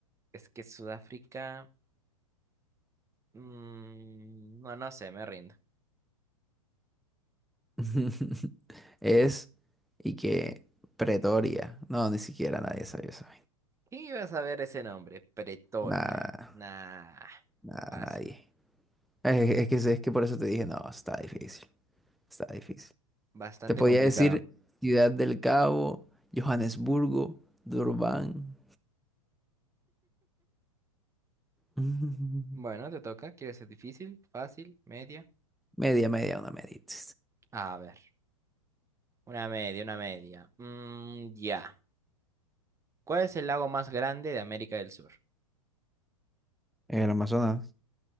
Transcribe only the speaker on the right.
Es que Sudáfrica. mm, no, no sé, me rindo.
¿Quién iba a saber ese nombre? Pretoria.
Nah.
Paso.
Bastante
complicado.
Bueno, te toca. ¿Quieres ser difícil, fácil, media?
A ver. Una media, una media. Mm, ya. ¿Cuál es el lago más grande de América del Sur?